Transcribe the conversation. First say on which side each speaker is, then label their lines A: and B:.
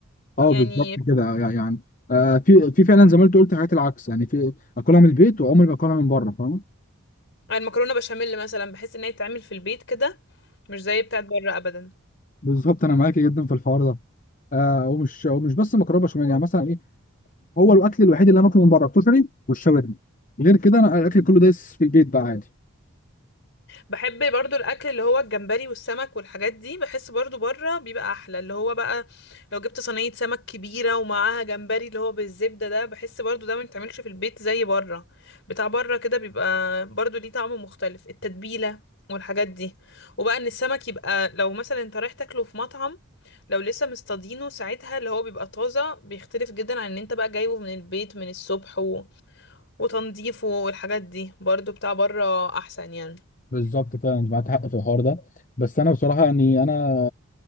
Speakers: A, on the left; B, on the left.
A: اه
B: يعني
A: بالظبط كده يع- يعني آه في في فعلا زي ما انت قلت حاجات العكس يعني في اكلها من البيت وعمري ما اكلها من بره فاهمة
B: المكرونه بشاميل مثلا بحس ان هي تتعمل في البيت كده مش زي بتاعت بره ابدا
A: بالظبط انا معاكي جدا في الحوار ده آه ومش ومش بس مكرونه بشاميل يعني مثلا إيه، هو الاكل الوحيد اللي انا باكله من بره الكشري والشاورما غير كده انا الاكل كله دايس في البيت بقى عادي
B: بحب برضو الاكل اللي هو الجمبري والسمك والحاجات دي بحس برضو بره بيبقى احلى اللي هو بقى لو جبت صينيه سمك كبيره ومعاها جمبري اللي هو بالزبده ده بحس برضو ده ما يتعملش في البيت زي بره بتاع بره كده بيبقى برضو ليه طعم مختلف التتبيله والحاجات دي وبقى ان السمك يبقى لو مثلا انت رايح تاكله في مطعم لو لسه مصطادينه ساعتها اللي هو بيبقى طازه بيختلف جدا عن ان انت بقى جايبه من البيت من الصبح وتنظيفه والحاجات دي برضو بتاع بره احسن يعني
A: بالظبط فعلا انت معاك حق في الحوار ده بس انا بصراحه يعني انا